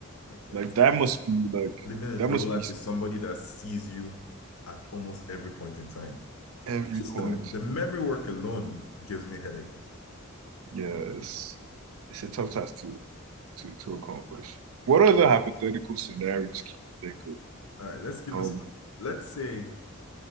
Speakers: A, on the left; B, on the right.
A: Like, it-
B: Like that must be like
A: living a
B: that
A: dual
B: must
A: life
B: be
A: with somebody that sees you at almost every point in time.
B: Every
A: Just
B: point.
A: the, the memory work alone gives me headache.
B: Yes. It's it's a tough task to to to accomplish. What other hypothetical scenarios can you think
A: All right, let's give
B: of?
A: this
B: Um,
A: one. Let's say,